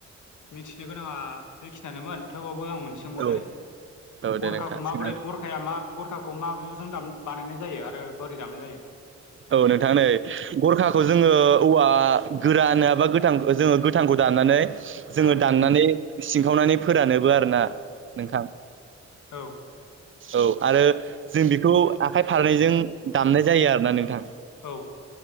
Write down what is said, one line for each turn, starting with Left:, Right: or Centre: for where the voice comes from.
Left: मिथिनो गोनाङा बेखिनियानो थेवबो आं मोन सोंबावसै
Right: औ औ
Left: गरखाखौ
Right: दे नोंथां
Left: माबोरै
Right: सोंनो
Left: गरखाया मा गरखाखौ मा आजुजों दाम बानायनाय जायो आरो बोरै दामनाय जायो
Right: औ नोंथां नै गरखाखौ जोङो औवा गोरा नङाबा गोथां जोङो गोथांखौ दाननानै जोङो
Left: औ
Right: दाननानै सिंखावनानै फोरानोबो आरोना नोंथां।
Left: औ
Right: औ आरो जों बेखौ आखाइ फारनैजों दामनाय जायो आरो ना नोंथां
Left: औ